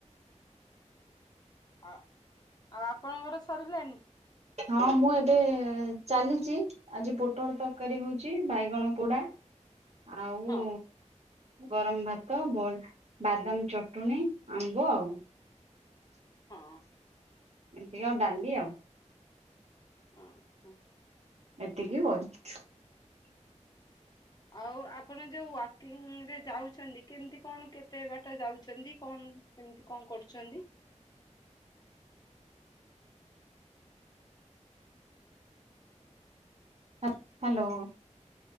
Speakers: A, on the left; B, on the right.
A: ଆ ଆଉ ଆପଣଙ୍କର ସରିଲାଣି?
B: ହଁ ମୁଁ ଏବେ ଚାଲିଚି। ଆଜି ପୋଟଳ ତରକାରୀ ହଉଛି ବାଇଗଣ ପୋଡ଼ା ଆଉ
A: ହଁ
B: ଗରମ ଭାତ ବାଦାମ ଚଟୁଣୀ ଆମ୍ବ ଆଉ।
A: ହଁ।
B: ଏମତି ଆଉ ଡାଲି ଆଉ।
A: ଓ ହୋ।
B: ଏତିକି କରଛୁ।
A: ଆଉ ଆପଣ ଯୋଉ ୱାକିଂ ରେ ଯାଉଛନ୍ତି କେମିତି କଣ କେତେ ବାଟ ଯାଉଛନ୍ତି କଣ? କେମତି କଣ କରୁଛନ୍ତି?
B: ହ ହ୍ୟାଲୋ।